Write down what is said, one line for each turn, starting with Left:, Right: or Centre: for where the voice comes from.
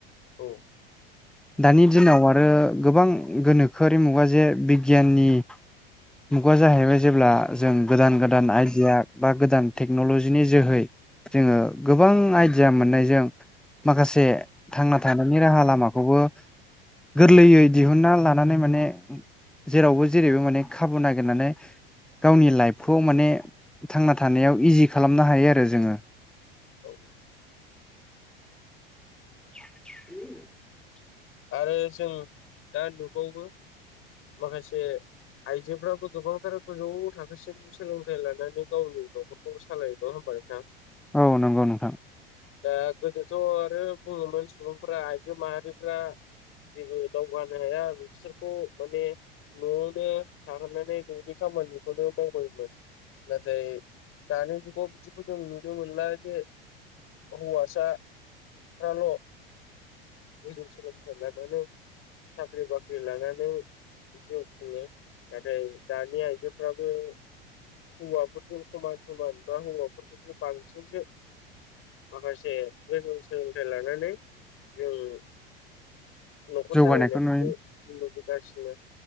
Left: औ
Centre: दानि दिनाव आरो गोबां गोनोखोआरि मुगा जे बिगियाननि मुगा जाहैबाय जेब्ला जों गोदान गोदान आइडिया बा गोदान टेक्न'लजिनि जोहै जोङो गोबां आइडिया मोननायजों माखासे थांना थानायनि राहा लामाखौबो गोरलैयै दिहुनन्ना लानानै माने जेरावबो जेरैबो माने खाबु नागिरनानै गावनि लाइफखौ माने थांना थानायाव इजि खालामनो हायो आरो जोङो
Left: औ
Centre: <inaudible>
Left: आरो जों दा नुबावो माखासे आइजोफ्राबो गोबांथार गोजौ थाखोसिम सोलोंथाइ लानानै गावनि न'खरखौ सालायो होनबा नोंथां
Centre: औ नंगौ नोंथां
Left: दा गोदोथ' आरो बुङोमोन सुबुंफ्रा आइजो माहारिफ्रा जेबो दावगानो हाया बिसोरखौ माने न'आवनो थाहोनानै न'नि खामानि बेखौनो मावबाय मोन नाथाय दानि जुगाव बिदिखौ जों नुनो मोनला जे हौवासाफ्राल' गोजौ सोलों था लानानै साख्रि बाख्रि लानानै जिउ खुङो नाथाय दानि आइजोफ्राबो हौवाफोरजों समान समान बा हौवाफोरनिख्रुइ बांसिनसो माखासे गोजौ सोलोंथाइ लानानै जों न'खर
Centre: जौगानायखौ
Left: सालायनायफोरखौ
Centre: नुयो
Left: नुबोगासिनो